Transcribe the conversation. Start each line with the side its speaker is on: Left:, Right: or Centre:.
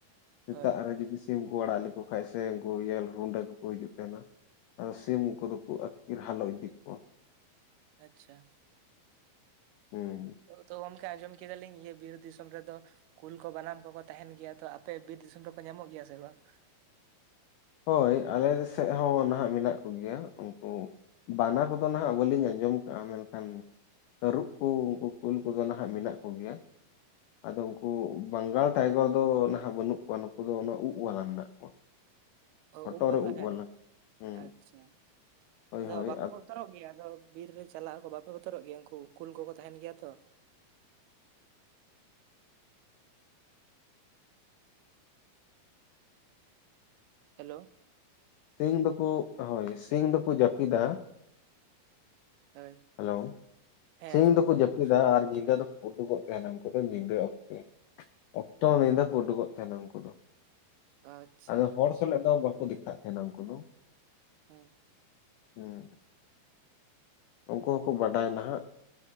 Left: ᱥᱮᱛᱟᱜ
Right: ᱦᱳᱭ
Left: ᱨᱮ ᱡᱩᱫᱤ ᱥᱤᱢ ᱠᱚ ᱟᱲᱟᱜ ᱞᱮᱠᱚ ᱠᱷᱟᱡ ᱥᱮ ᱩᱱᱠᱩ ᱤᱭᱮᱞ ᱦᱩᱸᱰᱟᱹ ᱠᱚ ᱠᱚ ᱦᱤᱡᱩᱜ ᱛᱟᱦᱮᱱᱟ, ᱟᱫᱚ ᱥᱤᱢ ᱠᱚᱫᱚ ᱠᱚ ᱟᱹᱛᱠᱤᱨ ᱦᱟᱞᱚ ᱤᱫᱤ ᱠᱚᱣᱟ᱾
Right: ᱟᱪᱪᱷᱟ᱾
Left: ᱦᱩᱸ᱾
Right: ᱛᱚ ᱜᱚᱢᱠᱮ ᱟᱸᱡᱚᱢ ᱠᱮᱫᱟᱞᱤᱧ ᱤᱭᱟᱹ ᱵᱤᱨ ᱫᱤᱥᱚᱢ ᱨᱮᱫᱚ ᱠᱩᱞ ᱠᱚ ᱵᱟᱱᱟᱢ ᱠᱚᱠᱚ ᱛᱟᱦᱮᱱ ᱜᱮᱭᱟ, ᱛᱚ ᱟᱯᱮ ᱵᱤᱨ ᱫᱤᱥᱚᱢ ᱨᱮᱠᱚ ᱧᱟᱢᱚᱜ ᱜᱮᱭᱟ ᱥᱮ ᱵᱟᱝ?
Left: ᱦᱳᱭ ᱟᱞᱮ ᱥᱮᱫ ᱦᱚᱸ ᱱᱟᱦᱟᱜ ᱢᱮᱱᱟᱜ ᱠᱚ ᱜᱮᱭᱟ ᱩᱱᱠᱩ ᱵᱟᱱᱟ ᱠᱚᱫᱚ ᱱᱟᱦᱟᱜ ᱵᱟᱹᱞᱤᱧ ᱟᱸᱡᱚᱢ ᱠᱟᱜᱼᱟ ᱢᱮᱱᱠᱷᱟᱱ ᱛᱟᱹᱨᱩᱵ ᱠᱚ ᱩᱱᱠᱩ ᱠᱩᱞ ᱠᱚᱫᱚ ᱱᱟᱦᱟᱜ ᱢᱮᱱᱟᱜ ᱠᱚᱜᱮᱭᱟ᱾ ᱟᱫᱚ ᱩᱱᱠᱩ ᱵᱟᱝᱜᱟᱞ ᱴᱟᱭᱜᱚᱨ ᱫᱚ ᱱᱟᱦᱟᱜ ᱵᱟᱹᱱᱩᱜ ᱠᱚᱣᱟ ᱱᱩᱠᱩ ᱫᱚ ᱚᱱᱟ ᱩᱵ ᱵᱟᱞᱟ ᱢᱮᱱᱟᱜ ᱠᱚᱣᱟ᱾
Right: ᱚ
Left: ᱦᱚᱴᱚᱜ
Right: ᱩᱵ ᱵᱚᱞᱟ
Left: ᱨᱮ
Right: ᱦᱮᱱ
Left: ᱵᱟᱞᱟ ᱦᱩᱸ
Right: ᱟᱪᱪᱷᱟ,
Left: ᱦᱳᱭ
Right: ᱟᱫᱚ
Left: ᱦᱳᱭ
Right: ᱵᱟᱯᱮ ᱵᱚᱛᱚᱨᱚᱜ ᱜᱮᱭᱟ ᱟᱫᱚ ᱵᱤᱨ ᱨᱮ ᱪᱟᱞᱟᱜᱼᱟ ᱠᱚ ᱵᱟᱯᱮ ᱵᱚᱛᱚᱨᱚᱜ ᱜᱮᱭᱟ ᱩᱱᱠᱩ ᱠᱩᱞ ᱠᱚᱠᱚ ᱛᱟᱦᱮᱱ ᱜᱮᱭᱟ ᱛᱚ? ᱦᱮᱞᱳ᱾
Left: ᱥᱤᱧ ᱫᱚᱠᱚ ᱦᱳᱭ ᱥᱤᱧ ᱫᱚᱠᱚ ᱡᱟᱹᱯᱤᱫᱟ
Right: ᱦᱳᱭ
Left: ᱦᱮᱞᱳ,
Right: ᱦᱮᱸ
Left: ᱥᱤᱧ
Right: ᱟᱸᱡᱚᱢᱚᱜ
Left: ᱫᱚᱠᱚ
Right: ᱠᱟᱱᱟ
Left: ᱡᱟᱹᱯᱤᱫᱟ ᱟᱨ ᱧᱤᱫᱟᱹ ᱫᱚᱠᱚ ᱩᱰᱩᱠᱚᱜ ᱛᱟᱦᱮᱱᱟ ᱩᱱᱠᱩ ᱫᱚ ᱧᱤᱫᱟᱹ ᱚᱠᱛᱮ᱾ ᱚᱠᱛᱚ ᱱᱤᱫᱟᱹ ᱠᱚ ᱩᱰᱩᱠᱚᱜ ᱛᱟᱦᱮᱱᱟ ᱩᱱᱠᱩ ᱫᱚ᱾
Right: ᱟᱪᱪᱷᱟ
Left: ᱟᱫᱚ ᱦᱚᱲ ᱥᱟᱞᱟᱜ ᱫᱚ ᱵᱟᱠᱚ ᱫᱮᱠᱷᱟᱜ ᱛᱟᱦᱮᱱᱟ ᱩᱱᱠᱩ ᱫᱚ᱾
Right: ᱦᱮᱸ᱾
Left: ᱦᱩᱸ᱾ ᱩᱱᱠᱩ ᱦᱚᱸᱠᱚ ᱵᱟᱰᱟᱭᱟ ᱱᱟᱦᱟᱜ᱾